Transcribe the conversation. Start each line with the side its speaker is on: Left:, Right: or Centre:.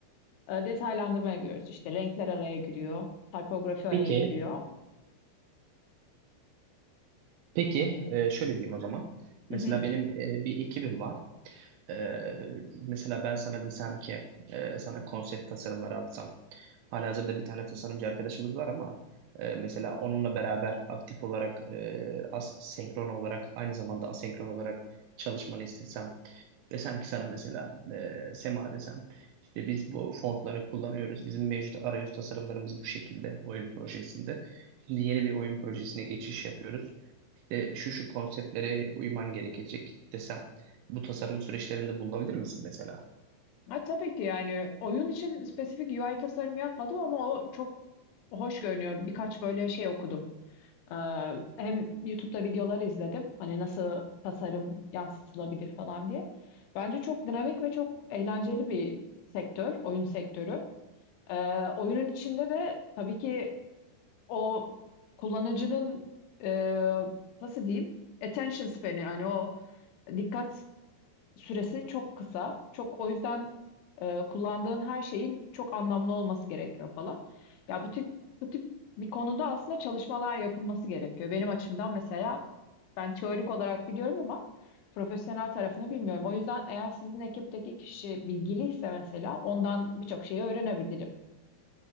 Left: E, detaylandırmaya giriyoruz işte renkler araya giriyor, typografi araya
Right: Peki,
Left: giriyor.
Right: peki e, şöyle diyeyim o zaman. Mesela
Left: Hı hı.
Right: benim e, bir ekibim var. Ee, mesela ben sana desem ki e, sana konsept tasarımları atsam. Halihazırda bir tane tasarımcı arkadaşımız var ama e, mesela onunla beraber aktif olarak e, as senkron olarak aynı zamanda asenkron olarak çalışmanı istesem. Desem ki sana mesela e, Sema desem işte biz bu fontları kullanıyoruz. Bizim mevcut arayüz tasarımlarımız bu şekilde oyun projesinde. Şimdi yeni bir oyun projesine geçiş yapıyoruz. İşte şu şu konseptlere uyman gerekecek desem bu tasarım süreçlerinde bulunabilir misin mesela?
Left: Ha, tabii ki yani oyun için spesifik UI tasarımı yapmadım ama o çok hoş görünüyor. Birkaç böyle şey okudum. E, hem YouTube'da videolar izledim. Hani nasıl tasarım yansıtılabilir falan diye. Bence çok dinamik ve çok eğlenceli bir sektör, oyun sektörü. E, oyunun içinde de tabii ki o kullanıcının e, nasıl diyeyim attention span'i yani o dikkat süresi çok kısa. Çok o yüzden e, kullandığın her şeyin çok anlamlı olması gerekiyor falan. Ya bu tip bu tip bir konuda aslında çalışmalar yapılması gerekiyor. Benim açımdan mesela ben teorik olarak biliyorum ama profesyonel tarafını bilmiyorum. O yüzden eğer sizin ekipteki kişi bilgiliyse mesela ondan birçok şeyi öğrenebilirim.